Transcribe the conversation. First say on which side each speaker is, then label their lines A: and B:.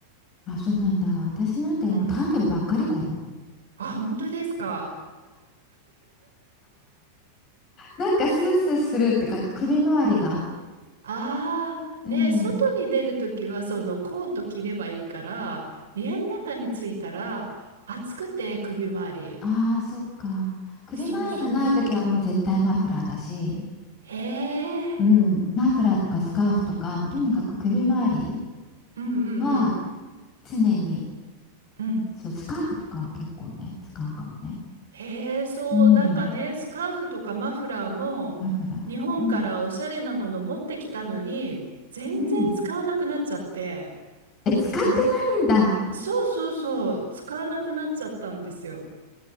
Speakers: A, on the left; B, on the right.
A: あ、そうなんだ。私なんてもうタートルばっかりだよ。
B: うん。あ、本当ですか。
A: なんかスースーするってか首周りが。
B: ああ、
A: うん。
B: ね、外に出るときはそのコート着ればいいから、家の中に着いたら暑くて首周り。
A: ああ、そっか。首周りがないときはもう絶対マフラーだし、
B: そうそうそう。へえ。
A: うん。マフラーとかスカーフとか、もうとにかく首周り
B: うんうんうん。
A: は常に、
B: うん。
A: そう、スカーフとかは結構ね、使うかもね。
B: へえ、そう、
A: うん。
B: なんかね、スカーフとかマフラーも、
A: マフラー。
B: 日本からおしゃれなもの持ってきたのに、
A: うん。
B: 全然使わなくなっちゃって、
A: うん。え、使ってないんだ。
B: も、そうそうそう、使わなくなっちゃったんですよ。